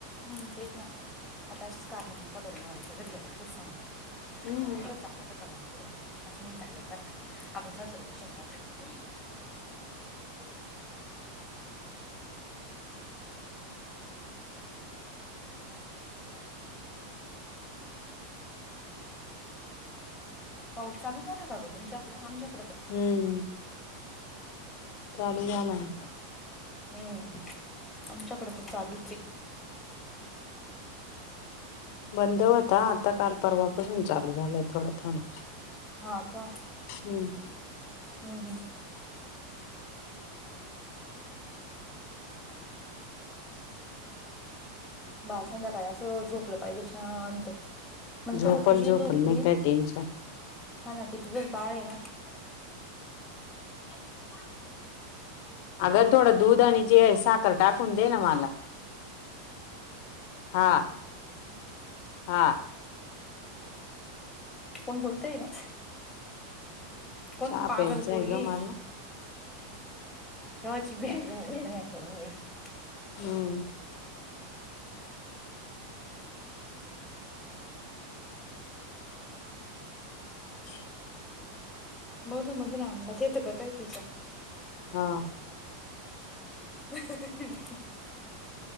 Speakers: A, on the left; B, on the left.
A: हम तेच ना आता अशीच कारण देईल का बर नवरच्या घरी गेल्यावर तूच सांग बर
B: हम्म
A: बर आता चालत का बरं कुडून असं नाही चालत बरं का आपण सासुरवाशिन राह <inaudible> <inaudible> पाऊस चालू झाला का गं तुमच्याकड? आमच्याक
B: हम्म चालू झाला न.
A: हम्म आमच्याकडं तर चालूचये.
B: बंद होता आता काल परवा पासून चालू झालाय थोडा थोडा.
A: हां का.
B: हम.
A: हम हम. बाळ संध्याकाळी असं झोपलं पाहिजे शांत. म्हणजे
B: झोपल
A: कसं तुझी
B: झोपल
A: ही झोप होईल
B: नाही काय टेन्शन
A: हां ना ते तुझंच बाळ आहे ना. <inaudible>
B: आगं थोडं दूध आणि जे आहे साखर टाकून दे ना मला. हां हां.
A: कोण बोलताय गं कोण
B: चहा
A: पागल
B: प्यायचा
A: पोरगी
B: आहे ग मला
A: कव्हाची व्ह्या व्ह्या व्ह्या व्ह्या करून
B: हम्म <inaudible>
A: मधून मधून अंगात येतं का काय तिच्या
B: हां.
A: <inaudible>